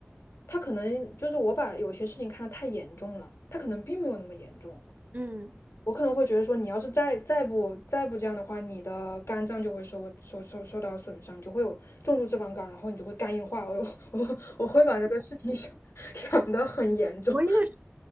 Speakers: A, on the left; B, on the right.
A: 他可能就是我把有些事情看得太严重了，他可能并没有那么严重。
B: 嗯，
A: 我可能会觉得说，你要是再再不再不这样的话，你的肝脏就会受受受受到损伤，你就会有重度脂肪肝，然后你就会肝硬化。我我我会把这个事情想想得很严重，
B: 我也是，